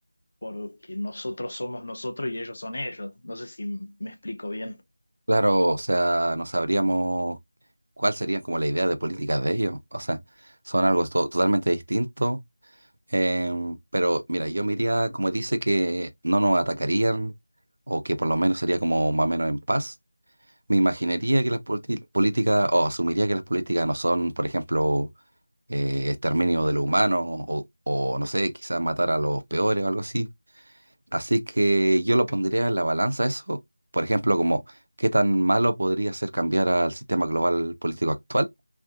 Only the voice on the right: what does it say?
Claro, o sea, no sabríamos cuál sería como la idea de políticas de ellos. O sea, son algo to- totalmente distinto. em, pero mira, yo miraría como dice que no nos atacarían o que por lo menos sería como más o menos en paz. Me imaginaría que las politi- políticas, o asumiría que las políticas no son, por ejemplo, eh, exterminio de los humanos, o, o no sé, quizás matar a los peores o algo así. Así que yo lo pondría en la balanza eso, por ejemplo, como qué tan malo podría ser cambiar al sistema global político actual